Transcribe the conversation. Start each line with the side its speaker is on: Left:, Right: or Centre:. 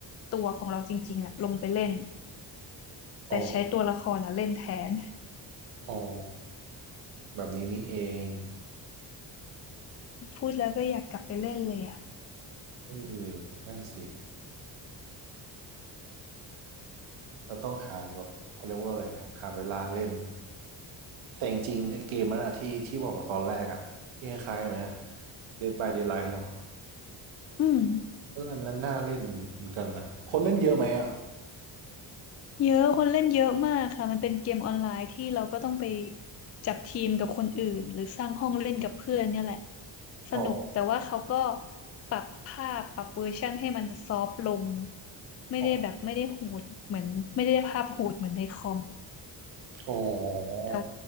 Left: ตัวของเราจริงๆอ่ะลงไปเล่นแต่ใช้ตัวละครอ่ะเล่นแทน
Right: ออกอ๋อแบบนี้นี่เอง
Left: <laughs> พูดแล้วก็อยากกลับไปเล่นเลยอ่ะ
Right: เออนั่นสิเราต้องหาแบบเขาเรียกว่าอะไรนะหาเวลาเล่น แต่จริงๆไอเกมนันอะที่ที่บอกมาตอนแรกอะที่คล้ายๆไหม Dead by Daylight เนาะ
Left: อืม
Right: เอออันนั้นน่าเล่นเหมือนกันนะ คนเล่นเยอะไหมอะ
Left: เยอะคนเล่นเยอะมากค่ะมันเป็นเกมออนไลน์ที่เราก็ต้องไปจับทีมกับคนอื่นหรือสร้างห้องเล่นกับเพื่อนเนี่ยแหละ สนุกแต่ว่าเขาก็
Right: อ๋อ
Left: ปรับภาพปรับเวอร์ชันให้มันซอฟต์ลงไม่ได้แบบไม่ได้โหดเหมือนไม่ได้ภาพโหดเหมือนในคอม
Right: อ๋อ
Left: แต่